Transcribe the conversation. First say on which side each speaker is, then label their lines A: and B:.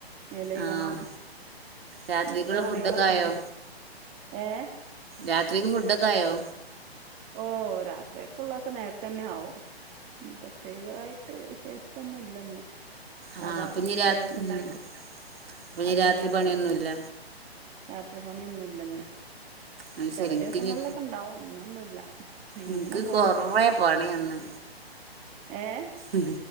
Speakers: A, on the right (about 20°); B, on the right (about 65°).
A: മേലെയ്കണം
B: ആഹ് രാത്രിക്കുള്ള
A: ഇങ്ങത്തെ പണികളൊക്കെണ്ട്
B: ഫുഡൊക്കെ ആയോ
A: ഏഹ്
B: രാത്രിക്ക് ഫുഡൊക്കായോ
A: ഓഹ് രാത്രിയക്കുള്ളതൊക്കെ നേരത്തെന്നെ ആവും പ്രത്യേകായി ടെ വിശേഷിച്ചൊന്നുല്ലന്ന് സദാ
B: ആഹ് അപ്പൊ ഇനി രാ
A: കേക്ക്ണ്ടാക്കി
B: ഉം അപ്പൊ ഇനി
A: അതന്നെണ്
B: രാത്രി പണിയൊന്നുല്ല
A: കഴിക്ക്ണേ രാത്രി പണിയൊന്നുല്ലന്ന്
B: അത്
A: ചെല
B: ശരി ഇൻക്ക്
A: ദിവസങ്ങളിലൊക്കെണ്ടാവും
B: ഇനി
A: ഇന്നൊന്നുല്ല ഇന്നങ്ങനെ
B: ഇൻക്ക്
A: പോണ്
B: കൊറേ പണിയന്ന്
A: ഏഹ്
B: ഉം